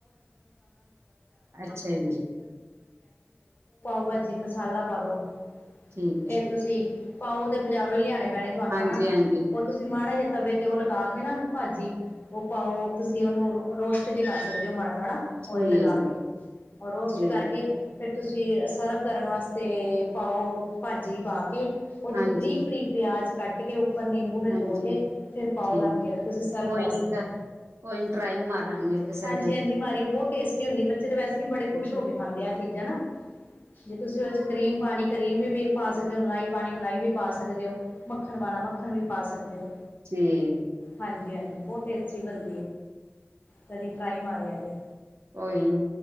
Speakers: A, on the right (about 85°); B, on the left (about 45°).
A: ਅੱਛਾ ਜੀ
B: ਭਾ ਮਸਾਲਾ ਪਾ ਦੋ
A: ਠੀਕ
B: ਫੇਰ
A: ਹੈ
B: ਤੁਸੀਂ ਪਾਓ ਤੇ ਬਾਜ਼ਾਰੋਂ ਹੀ ਲਿਆਣੇ ਭੈਣੇ ਤੁਹਾਨੂੰ
A: ਹਾਂਜੀ
B: ਹਨਾ
A: ਹਾਂਜੀ
B: ਉਹ ਤੁਸੀਂ ਮਾੜਾ ਜਿਹਾ ਤਵੇ ਤੇ ਉਹ ਲਗਾ ਕੇ ਨਾ ਭਾਜੀ, ਉਹ ਪਾਓ ਤੁਸੀਂ ਉਹਨੂੰ ਰੋਸਟ ਜੇ ਕਰ ਸਕਦੇ ਓ ਮਾੜਾ ਮਾੜ ਓਇਲ
A: ਠੀਕ
B: ਲਗਾ ਕੇ ਔਰ ਰੋਸਟ
A: ਠੀਕ
B: ਕਰਕੇ ਫਿਰ ਤੁਸੀਂ ਸਰਵ ਕਰਨ ਵਾਸਤੇ ਪਾਓ ਭਾਜੀ ਪਾ ਕੇ ਉਹਦੇ
A: ਹਾਂਜੀ
B: ਚ ਬਰੀਕ ਬਰੀਕ ਪਿਆਜ ਕੱਟ ਕੇ ਉੱਪਰ ਨਿੰਬੂ ਨਚੋੜ
A: ਹਾਂਜੀ
B: ਕੇ ਫਿਰ ਪਾਓ
A: ਠੀਕ
B: ਰੱਖ ਕੇ ਨਾ ਤੁਸੀਂ ਸਰਵ
A: ਕੋਈ
B: ਕਰ ਸਕ
A: ਨੀ
B: ਦਿਓ।
A: ਕੋਈ ਨੀ ਟਰਾਈ ਮਾਰਾਂਗੇ ਕਿਸੇ
B: ਹਾਂਜੀ
A: ਦਿਨ
B: ਹਾਂਜੀ, ਮਾਰੀਓ ਬਹੁਤ ਟੇਸਟੀ ਹੁੰਦੀ ਬੱਚੇ ਤਾਂ ਵੈਸੇ ਵੀ ਬੜੇ
A: ਠੀਕ
B: ਖੁਸ਼
A: ਅੱਛਾ
B: ਹੋ ਕੇ ਖਾਂਦੇ ਆ ਐ ਚੀਜ਼ਾਂ ਨਾ ਜੇ ਤੁਸੀਂ ਉਹਦੇ ਚ ਕਰੀਮ ਪਾਣੀ ਕਰੀਮ ਵੀ ਪਾ ਸਕਦੇ ਓ ਮਲਾਈ ਪਾਣੀ ਮਲਾਈ ਵੀ ਪਾ ਸਕਦੇ ਓ। ਮੱਖਣ ਪਾਣਾ ਮੱਖਣ ਵੀ ਪਾ ਸਕਦੇ ਓ
A: ਠੀਕ
B: ਹਾਂਜੀ ਹਾਂਜੀ ਬਹੁਤ ਟੇਸਟੀ ਬਣ ਕਦੀ ਟਰਾਈ ਮਾਰਿਆ ਜੇ
A: ਓਹੀ,